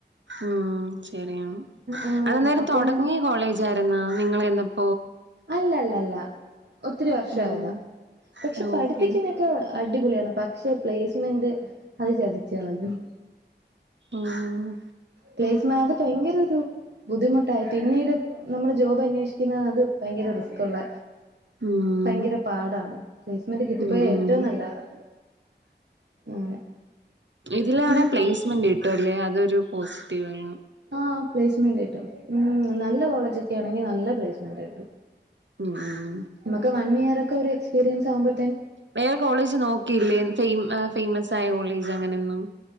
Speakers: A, on the right; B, on the right.
A: ഉം ശരിയാണ്
B: ആഹ്
A: അതെന്തായാലും
B: അപ്പം
A: തൊടങ്ങിയ
B: പിന്നെ
A: കോളേജായിരുന്നോ നിങ്ങള് ചെന്നപ്പൊ
B: അല്ലല്ലല്ല ഒത്തിരി വർഷായതാ
A: ഉം
B: പക്ഷെ പഠിപ്പിക്കുന്നൊക്കെ
A: ഓക്കെ
B: അടിപൊളിയാണ് പക്ഷെ പ്ലേസ്മെന്റ് അത് ചതിച്ചളഞ്ഞു
A: ആഹ്
B: പ്ലേസ്മെ അത് ഭയങ്കര ഒരു ബുദ്ധിമുട്ടായി പിന്നീട് നമ്മള് ജോബ് അന്വേഷിക്കുന്നത് ഭയങ്കര റിസ്ക് ഉള്ള
A: ഉം
B: ഭയങ്കര പാടാണ് പ്ലേസ്മെന്റ് കിട്ടിപ്പോയാ
A: ഉം ഉം
B: ഏറ്റവും നല്ലത് അതാ അങ്ങനെ
A: ഇതിലാണെ
B: നിനക്കും
A: പ്ലേസ്മെന്റ് കിട്ടുവല്ലേ അതൊരു പോസിറ്റീവാണ്
B: ആ പ്ലേസ്മെന്റ് കിട്ടും. മ് നല്ല കോളേജൊക്കെയാണെങ്കി നല്ല പ്ലേസ്മെന്റ് കിട്ടും.
A: ഉം ഉം
B: നമുക്ക് വൺ ഇയർ ഒക്കെ ഒരു എക്സ്പീരിയൻസ് ആവുമ്പൊ
A: വേറെ കോളേജ് നോക്കിയില്ലേ ഫെയ് ഫെയ്മസ് ആയ കോളേജ് അങ്ങനെയൊന്നും